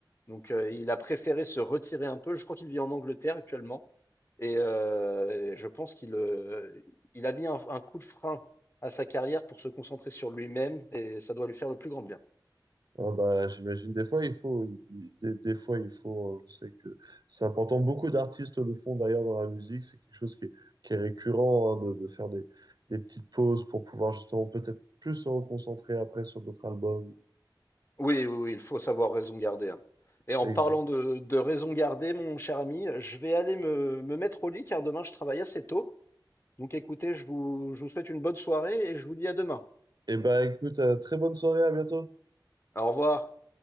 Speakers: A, on the left (about 30°); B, on the right (about 55°).
A: Donc, euh, il a préféré se retirer un peu. Je crois qu'il vit en Angleterre actuellement. Et, euh, et je pense qu'il euh, il a mis un, un coup de frein à sa carrière pour se concentrer sur lui-même et ça doit lui faire le plus grand bien.
B: Oh, bah, j'imagine des fois il faut il- des, des fois il faut euh, je sais que c'est important beaucoup d'artistes le font d'ailleurs dans la musique c'est quelque chose qui est, qui est récurrent hein, de, de faire des, des petites pauses pour pouvoir justement peut-être plus se reconcentrer après sur d'autres albums
A: Oui, oui, oui, il faut savoir raison garder. hein. Et en
B: Ex-
A: parlant de, de raison garder, mon cher ami, je vais aller me, me mettre au lit car demain je travaille assez tôt. Donc écoutez, je vous, je vous souhaite une bonne soirée et je vous dis à demain.
B: Eh et bah écoute euh, très bonne soirée à bientôt
A: Au revoir.